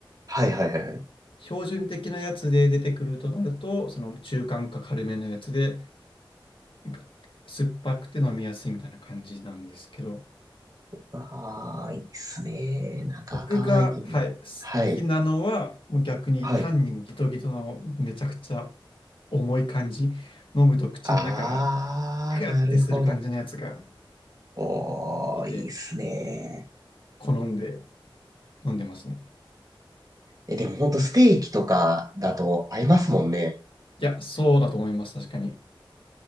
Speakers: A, on the right (about 45°); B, on the left (about 75°).
A: はいはいはいはい。
B: 標準的なやつで出てくるとなると、その中間か軽めのやつで、なんか酸っぱくて飲みやすいみたいな感じなんですけど、
A: あー、いいっすね。なんか赤ワイン。
B: 僕が、はい、好きなのは、
A: はい、
B: もう逆に単にギトギトのめちゃくちゃ
A: はい。
B: 重い感じ、飲むと口の中が
A: あー、
B: ガッてする感じのやつが好
A: なるほど。おー、
B: きで、
A: いいっすね。
B: 好んで飲んでますね。
A: え、でもほんとステーキとかだと合いますもんね。
B: いや、そうだと思います、確かに。